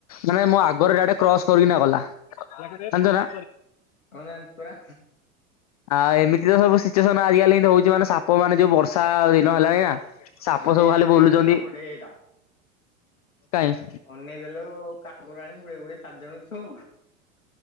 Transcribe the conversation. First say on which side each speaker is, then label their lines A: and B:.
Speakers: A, on the left; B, on the left.
A: ମାନେ ମୋ ଆଗରେ ଡାଇରେଟେ କ୍ରସ୍ କରିକିନା ଗଲା, ଜାଣିଛ ନା?
B: ହଁ ଜାଣିଛି ପୁରା
A: ଆ ଏମିତି ତ ସବୁ ସିଚୁଏସନ୍ ଆଜିକାଲି ଏମିତି ହଉଛି ମାନେ ସାପ ମାନେ ଯୋଉ ବର୍ଷା ଦିନ ହେଲାଣି ନା। ସାପ
B: ମାନେ ହେଇଟା
A: ସବୁ ଖାଲି
B: ଦେଇ
A: ବୁଲୁଚନ୍ତି,
B: ଗୋଟେ ସାପଟେ ହେଇଟା
A: କାଇଁ?
B: ଅନେଇ ଦେଲୁ କାଠକର ଆଣି ଗୁଡ଼େଇ ଗୁଡ଼େଇ ସାରିଦେଇ ଛୁଁ।